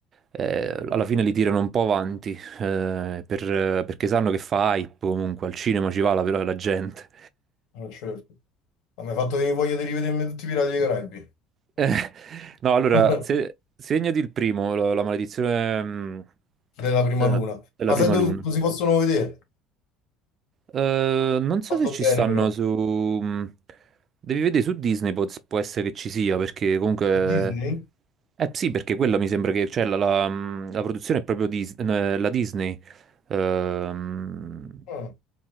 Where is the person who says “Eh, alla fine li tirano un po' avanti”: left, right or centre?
Right